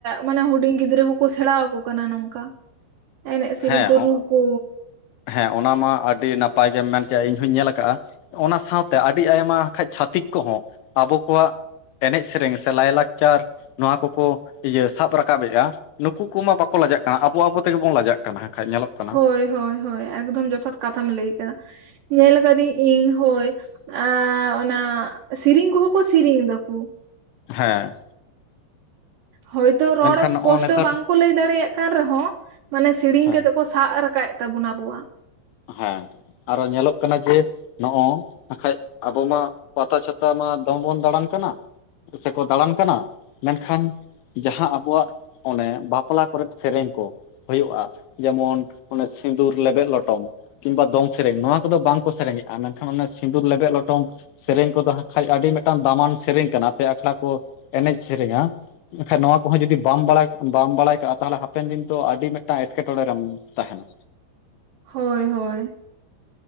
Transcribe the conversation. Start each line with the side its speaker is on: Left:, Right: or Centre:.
Right: ᱢᱟᱱᱮ ᱦᱩᱰᱤᱧ ᱜᱤᱫᱽᱨᱟᱹ ᱠᱚᱠᱚ ᱥᱮᱬᱟ ᱟᱠᱚ ᱠᱟᱱᱟ ᱱᱚᱝᱠᱟ ᱮᱱᱮᱡ ᱥᱮᱨᱮᱧ
Left: ᱦᱮᱸ
Right: ᱠᱚ ᱨᱩ ᱠᱚ,
Left: ᱦᱮᱸ ᱚᱱᱟ ᱢᱟ ᱟᱹᱰᱤ ᱱᱟᱯᱟᱭ ᱜᱮᱢ ᱢᱮᱱ ᱠᱮᱫ-ᱟ ᱤᱧ ᱦᱚᱧ ᱧᱮᱞ ᱠᱟᱜᱼᱟ ᱚᱱᱟ ᱥᱟᱶᱛᱮ ᱟᱹᱰᱤ ᱟᱭᱢᱟ ᱠᱷᱟᱱᱡ ᱪᱷᱟᱹᱛᱤᱠ ᱠᱚᱦᱚᱸ ᱟᱵᱚ ᱠᱚᱣᱟᱜ ᱮᱱᱮᱡ ᱥᱮᱨᱮᱧ ᱥᱮ ᱞᱟᱭᱼᱞᱟᱠᱪᱟᱨ ᱱᱚᱣᱟ ᱠᱚᱠᱚ ᱤᱭᱟᱹ ᱥᱟᱵ ᱨᱟᱠᱟᱵ ᱮᱫᱼᱟ ᱱᱩᱠᱩ ᱠᱚᱢᱟ ᱵᱟᱠᱚ ᱞᱟᱡᱟᱜ ᱠᱟᱱᱟ ᱟᱵᱚ ᱟᱵᱚ ᱛᱮᱜᱮ ᱵᱚᱱ ᱞᱟᱡᱟᱜ ᱠᱟᱱᱟ ᱠᱟᱱᱟ ᱦᱟᱸᱜ ᱠᱷᱟᱱ ᱧᱮᱞᱚᱜ ᱠᱟᱱᱟ
Right: ᱦᱳᱭ ᱦᱳᱭ ᱦᱳᱭ ᱮᱠᱫᱚᱢ ᱡᱚᱛᱷᱟᱛ ᱠᱟᱛᱷᱟᱢ ᱞᱟᱹᱭ ᱠᱮᱫᱟ ᱧᱮᱞ ᱠᱟᱹᱫᱟᱹᱧ ᱤᱧ ᱦᱳᱭ ᱟᱻ ᱚᱱᱟ ᱥᱤᱨᱤᱧ ᱠᱚᱦᱚᱸ ᱠᱚ ᱥᱮᱤᱨᱧ ᱫᱟᱠᱚ
Left: ᱦᱮᱸ
Right: ᱦᱳᱭᱛᱚ ᱨᱚᱲ
Left: ᱢᱮᱱᱠᱷᱟᱱ
Right: ᱥᱯᱚᱥᱴᱚ
Left: ᱱᱚᱜᱼᱚ ᱱᱮᱛᱟᱨ
Right: ᱵᱟᱝᱠᱚ ᱞᱟᱹᱭ ᱫᱟᱲᱮᱭᱟᱜ ᱠᱟᱱ ᱨᱮᱦᱚᱸ ᱢᱟᱱᱮ ᱥᱮᱲᱤᱧ
Left: ᱦᱮᱸ
Right: ᱠᱟᱛᱮ ᱠᱚ ᱥᱟᱵ ᱨᱟᱠᱟᱵᱮᱫ ᱛᱟᱵᱚᱱᱟ ᱟᱵᱚᱣᱟᱜ᱾
Left: ᱦᱮᱸ ᱟᱨᱚ ᱧᱮᱞᱚᱜ ᱠᱟᱱᱟ ᱡᱮ ᱱᱚᱜᱼᱚ ᱟᱸᱠᱷᱟᱡ ᱟᱵᱚ ᱢᱟ ᱯᱟᱛᱟ ᱪᱷᱟᱛᱟ ᱢᱟ ᱫᱚᱢ ᱵᱚᱱ ᱫᱟᱬᱟᱱ ᱠᱟᱱᱟ ᱥᱮᱠᱚ ᱫᱟᱬᱟᱱ ᱠᱟᱱᱟ ᱢᱮᱱᱠᱷᱟᱱ ᱡᱟᱦᱟᱸ ᱟᱵᱚᱣᱟᱜ ᱚᱱᱮ ᱵᱟᱯᱞᱟ ᱠᱚᱨᱮᱫ ᱥᱮᱨᱮᱧ ᱠᱚ ᱦᱩᱭᱩᱜᱼᱟ ᱡᱮᱢᱚᱱ ᱚᱱᱮ ᱥᱤᱸᱫᱩᱨ ᱞᱮᱵᱮᱫ ᱞᱚᱴᱚᱢ ᱠᱤᱝᱵᱟ ᱫᱚᱝ ᱥᱮᱨᱮᱧ ᱱᱚᱣᱟ ᱠᱚᱫᱚ ᱵᱟᱝᱠᱚ ᱥᱮᱨᱮᱧᱮᱜᱼᱟ, ᱢᱮᱱᱠᱷᱟᱱ ᱚᱱᱮ ᱥᱤᱸᱫᱩᱨ ᱞᱮᱵᱮᱫ ᱞᱚᱴᱚᱢ ᱥᱮᱨᱮᱧ ᱠᱚᱫᱚ ᱦᱟᱸᱜ ᱠᱷᱟᱡ ᱟᱹᱰᱤ ᱢᱤᱫᱴᱟᱝ ᱫᱟᱢᱟᱱ ᱥᱮᱨᱮᱧ ᱠᱟᱱᱟ ᱟᱯᱮᱭᱟᱜ ᱟᱠᱷᱲᱟ ᱠᱚ ᱮᱱᱮᱡ ᱥᱮᱨᱮᱧᱟ ᱮᱠᱷᱟᱡ ᱱᱚᱣᱟ ᱠᱚᱦᱚᱸ ᱡᱩᱫᱤ ᱵᱟᱢ ᱵᱟᱲᱟᱭ ᱵᱟᱢ ᱵᱟᱲᱟᱭ ᱠᱟᱜᱼᱟ ᱛᱟᱦᱚᱞᱮ ᱦᱟᱯᱮᱱ ᱫᱤᱱ ᱛ ᱟᱹᱰᱤ ᱢᱤᱫᱴᱟᱝ ᱮᱴᱠᱮᱴᱚᱲᱮ ᱨᱮᱢ ᱛᱟᱦᱮᱱᱟ᱾
Right: ᱦᱳᱭ ᱦᱳᱭ